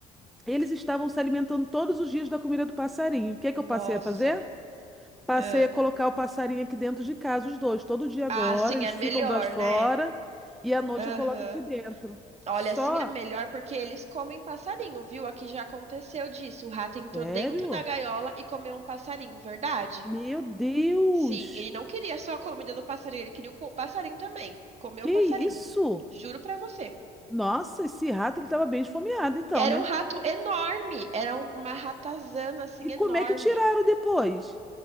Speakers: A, in the centre; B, on the right.
A: eles estavam se alimentando todos os dias da comida do passarinho. O que que
B: Nossa.
A: eu passei a fazer? Passei
B: Ah,
A: a colocar o passarinho aqui dentro de casa, os dois. Todo dia agora,
B: Ah, sim,
A: eles
B: é melhor,
A: ficam do lado de fora
B: né?
A: e à noite
B: Aham.
A: eu coloco aqui dentro.
B: Olha,
A: Só.
B: assim é melhor porque eles comem passarinho, viu? Aqui já aconteceu disso. O rato entrou
A: Sério?
B: dentro da gaiola e comeu um passarinho, verdade?
A: Meu Deus!
B: Sim, ele não queria só a comida do passarinho, ele queria o co- passarinho também. Comeu
A: Que
B: o passarinho.
A: isso?
B: Juro pra você.
A: Nossa, esse rato ele estava bem esfomeado, então,
B: Era
A: né?
B: um rato enorme, era um- uma ratazana assim
A: E
B: enorme.
A: como é que tiraram depois?